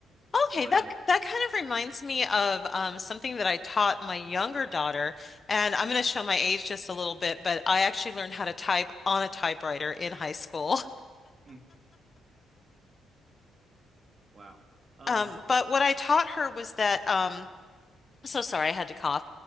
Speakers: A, on the left; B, on the right.
A: Okay,
B: But
A: that
B: uh,
A: that kind of reminds me of um, something that I taught my younger daughter, and I'm going to show my age just a little bit, but I actually learned how to type on a typewriter in high school.
B: mhm. wow, um,
A: Um, but what I taught her was that um, I'm so sorry I had to cough.